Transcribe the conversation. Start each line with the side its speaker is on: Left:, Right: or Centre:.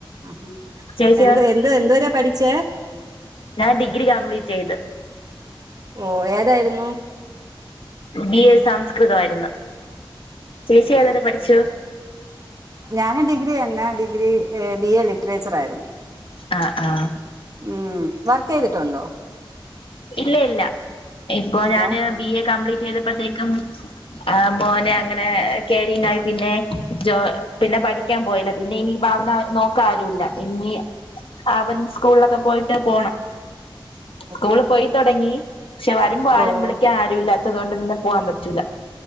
Right: ആ
Left: ചേച്ചിയോ
Right: എന്ത് എന്ത് എന്ത് വരെയ പഠിച്ചേ
Left: ഞാൻ ഡിഗ്രി കംപ്ലീറ്റ് ചെയ്ത്
Right: ഓ ഏതായിരുന്നു
Left: ബി എ സംസ്കൃതയിരുന്നു ചേച്ചി ഏതരെ പഠിച്ചു
Right: ഞാന്ും ഡിഗ്രി തന്ന ഡിഗ്രി ബി എ ലിറ്ററേച്ചർ ആയിരുന്നു
Left: ആഹ ആഹ
Right: ഉം വർക്ക് ചെയ്തിട്ടുണ്ടോ
Left: ഇല്ല ഇല്ല ഇപ്പൊ
Right: ഇല്ല
Left: ഞാന് ബി എ കംപ്ലീറ്റ് ചെയ്തപ്പോത്തേക്കും ആ് മോനെ അങ്ങനെ കരിീനായി പിന്നെോ പിന്നെ പഠിക്കാൻ പോയില്ല പിന്നെ ഇനി അവൻ അവൻ നോക്കാരുില്ല ഇനി അവൻ സ്കൂളിലൊക്കെ പോയിട്ട് പോണം
Right: ഉ
Left: സ്കൂള പോയിത്തടങ്ങി പക്ഷെ വരുമ്പോ ആരും
Right: ഓ
Left: വിളിക്കാൻ ആരും ഇല്ലാത്തതുകൊണ്ട് പിന്നെ പോവാാൻ പറ്റൂില്ല